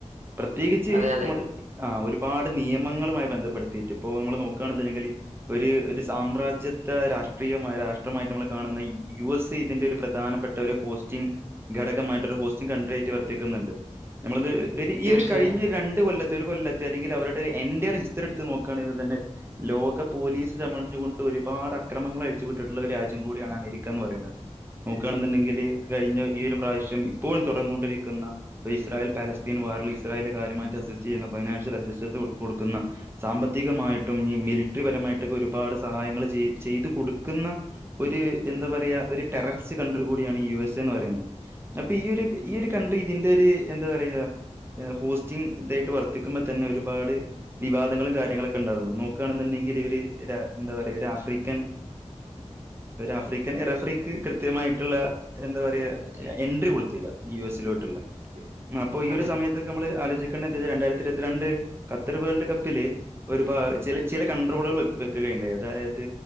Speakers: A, on the right; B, on the right.
A: പ്രത്യേകിച്ച്
B: അതെ അതെ
A: നമ്മടെ ആ ഒരുപാ നിയമങ്ങളുമായി ബന്ധപ്പെട് ത്തീട്ട് ഇപ്പോ നമ്മൾ നോക്കുകയാണെന്നുണ്ടെങ്കിൽ ഒരു ഒരു സാമ്രാജ്യത്തെ രാഷ്ട്രീയ രാഷ്ട്രമായിട്ട് നമ്മൾ കാണുന്ന യു എസ് എ ഇതിന്റെ ഒരു പ്രധാനപ്പെട്ട ഒരു ഹോസ്റ്റിംഗ് ഘടകമായിട്ട് ഒരു ഹോസ്റ്റിംഗ കൺട്രി ആയിട്ട് വർത്തിക്കുന്നുണ്ട് നമ്മളത് ഒരു ഈ
B: തീർച്ചയായും
A: ഒരു കഴിഞ്ഞ രണ്ട് കൊല്ലത്തെ ഒരു കൊല്ലത്തെ അല്ലെങ്കിൽ അവരുടെ എന്റെർ ഹിസ്റ്ററി എട്ത്ത് നോ ക്കാണെങ്കിൽ തന്നെ ലോക പോലീസ് ചമഞ്ഞുകൊണ്ട് ഒരുപാട് അക്രമങ്ങൾ അഴിച്ചു വിട്ടിട്ടുള്ള ഒരു രാജ്യം കൂടിയാണ് അമേരിക്ക എന്ന് പറയുന്നത്. നോക്കുകയാണെന്നുണ്ടെങ്കിൽ കഴിഞ്ഞ ഈ ഒരു പ്രാവശ്യം ഇപ്പോഴും തുടർന്നുകൊണ്ടിരിക്കുന്ന ഒരു ഇസ്രായേൽ പാലസ്തീൻവാറിൽ ഇസ്രായേല കാര്യമായിട്ട് അസിസ്റ്റ് ചെയ്യുന്ന ഫൈനാൻഷ്യൽ അസിസ്റ്റൻസ് കൊടുക്കുന്ന സാമ്പ ത്തികമായിട്ടും ഇഞ്ഞ് മിലിറ്ററി പരമായിട്ടൊക്കെ ഒരുപാട് സഹായങ്ങൾ ചെയ് ചെയ്തു കൊടുക്കുന്ന ഒരു എന്താ പറയ ഒരു ടെററിസ്റ്റ് കൺട്രി കൂടിയാണ് യു എസ് എ എന്ന് പറയുന്നത്. അപ്പൊ ഈ ഒരു ഈ ഒരു കൺണ്ട്രി ഇതിന്റെ ഒരു എന്താ പറയുക ഹോസ്റ്റിംഗ് എന്തായിട്ട് വർത്തിക്കുമ്പോ തന്നെ ഒരുപാട് വിവാദങ്ങളും കാര്യങ്ങളക്കെ ണ്ട നോക്കണെന്നുണ്ടെങ്കിൽ എന്താ പറയ ഒരു ആഫ്രിക്കൻ ആഫ്രിക്കൻ എറഫ്രിക്ക് കൃത്യമായിട്ടുള്ള എന്താ പറയാ എൻട്രി കൊടു യു എസി ലോട്ടുള്ളെ
B: അതെ
A: അപ്പോ ഈ
B: അതെ
A: ഒരു സമയത്തൊക്കെ നമ്മള് ആലോചിക്കണ്ടെ രണ്ടായിരത്തി ഇരുപത്തി രണ്ട് ഖത്തർ വേൾഡ് കപ്പില് ഒരു പാ ച ചില കൺട്രോളുകൾ വെക്കുകയുണ്ടായി അതായത്